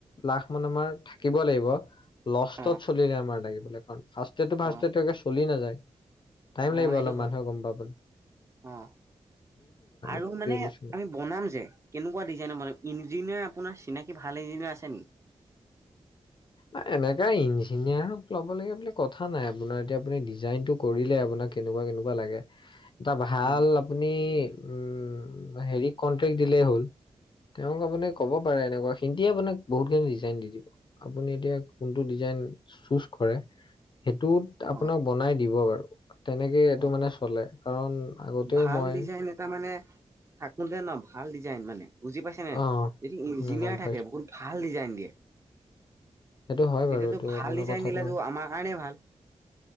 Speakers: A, on the left (about 45°); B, on the right (about 25°).
A: লাখ মান আমাৰ থাকিব লাগিব, লষ্টত
B: অ',
A: চলিলে আমাৰ লাগিব <unintelligible> ফাৰ্ষ্টতেটো-ফাৰ্ষ্টতেটো
B: অ',
A: একে চলি নাযায়, টাইম
B: অ',
A: লাগিব
B: সেইটো
A: অলপ
B: হয়
A: মানুহে গম পাবলে।
B: অ'। আৰু
A: সেইটোৱে
B: মানে
A: কৈছো মই
B: আমি বনাম যে, কেনেকুৱা ডিজাইনৰ মানে ইঞ্জিনিয়াৰ আপোনাৰ চিনাকি ভাল <unintelligible> আছে নেকি।
A: আ এনেকা ইঞ্জিনিয়াৰক ল'ব লাগে বুলি কথা নাই আপোনাৰ এতিয়া আপুনি ডিজাইনটো কৰিলে আপোনাক কেনেকুৱা-কেনেকুৱা লাগে। এটা ভাল
B: উম,
A: আপুনি উম হেৰি কনট্ৰেকট দিলেই হ'ল। তেওঁক আপুনি ক'ব পাৰে এনেকুৱা সিহঁতিয়ে আপোনাক বহুত খিনি ডিজাইন দি দিব। আপুনি এতিয়া কোনটো ডিজাইন চুজ কৰে। সেইটোত
B: অ',
A: আপোনাক বনাই দিব বাৰু, তেনেকে এইটো
B: অ',
A: মানে চলে, কাৰণ আগতেও
B: ভাল
A: মই
B: ডিজাইন এটা মানে থাকো তে ন ভাল ডিজাইন মানে। বুজি পাইছানে,
A: অ
B: যদি ইঞ্জিনিয়াৰ
A: গম পাইছো
B: থাকে বহুত ভাল ডিজাইন দিয়ে।
A: সেইটো হয়
B: তেতিয়াতো
A: বাৰু এইটো
B: ভাল
A: আপোনাৰ
B: ডিজাইন
A: কথাটো।
B: দিলেতো আমাৰ কাৰণে ভাল।